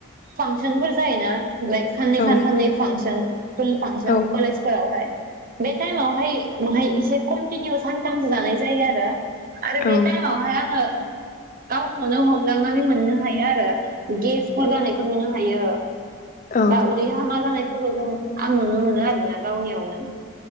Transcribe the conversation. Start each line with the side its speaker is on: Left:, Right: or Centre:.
Right: फांसनफोर जायोना लाइक साननै
Left: औ
Right: सानथामनि फांसन फुल फांसन
Left: औ
Right: कलेजफोरावहाय बे टाइमावहाय बेहाय इसे कन्टिनिउ सानथामसो जानाय जायो आरो आरो
Left: औ
Right: बे टाइमावहाय आङो गावखौनो हम दांनानै मोननो हायो आरो गेसफोर जानायखौ नुनो हायो।
Left: औ
Right: बा उदि हामाजानाय फोरखौ जों आं नुनो मोनो आरोना गावनियावनो।